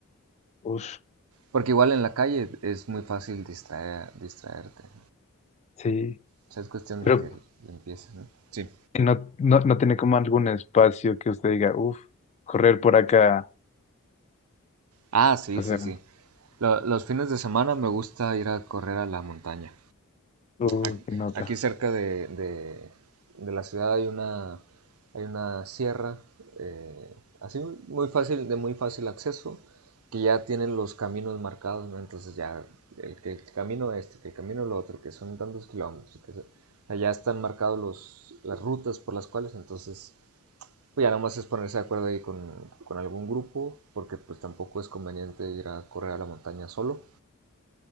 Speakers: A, on the left (about 30°); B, on the right (about 75°).
A: Uf,
B: Porque igual en la calle es muy fácil distraer, distraerte. ¿no?
A: sí.
B: O sea, es cuestión
A: Pero
B: de que le empieces, ¿no? Sí.
A: no, no, no tiene como algún espacio que usted diga, uf, correr por acá.
B: Ah, sí,
A: hacer
B: sí, sí. Lo- los fines de semana me gusta ir a correr a la montaña.
A: Uy,
B: Ac-
A: qué nota,
B: Aquí cerca de, de- De la ciudad hay una, hay una sierra, eh, así muy fácil, de muy fácil acceso, que ya tienen los caminos marcados, ¿no? Entonces ya el, que el camino este, que el camino lo otro, que son tantos kilómetros, que se- allá están marcados los, las rutas por las cuales, entonces Pues ya nomás es ponerse de acuerdo ahí con, con algún grupo, porque pues tampoco es conveniente ir a correr a la montaña solo.